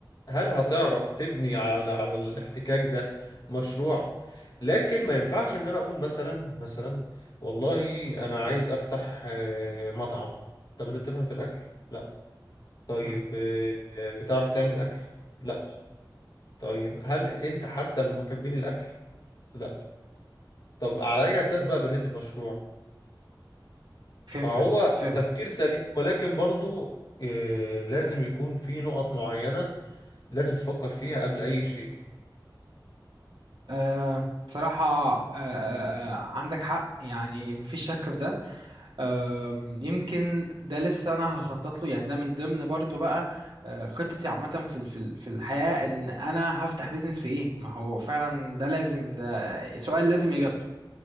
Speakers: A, on the left; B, on the right.
A: هل هتعرف تبني على على الاحتكاك ده مشروع لكن ما ينفعش ان انا اقول مثلا مثلا والله انا عايز افتح آه، مطعم طب انت بتفهم في الاكل لا طيب
B: مهم.
A: آه، آه، بتعرف تعمل اكل لا طيب هل انت حتى من محبين الاكل لا طب على اي اساس بقى بنيت المشروع
B: فهمتك
A: فهو
B: فهمت
A: تفكير سليم ولكن برضو آه، لازم يكون في نقط معينة لازم تفكر فيها قبل أي شيء
B: أه بصراحة أه آه، آه، عندك حق يعني مفيش شك في ده أه يمكن ده لسه أنا هخطط له يعني ده من ضمن برضو بقى آه، خطتي عامة في ال- في ال- في الحياة إن أنا هفتح بيزنس في إيه ما هو فعلا ده لازم ده سؤال لازم إجابته